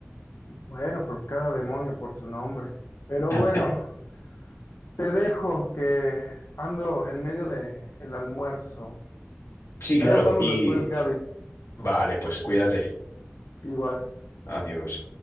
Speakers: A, on the left; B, on the left.
A: Bueno, pues cada demonio por su nombre. Pero
B: <laughs>
A: bueno, te dejo que ando en medio de el almuerzo.
B: Sí, claro,
A: Ahí hablamos
B: y
A: después, Gaby.
B: vale, pues cuídate.
A: Igual.
B: Adiós.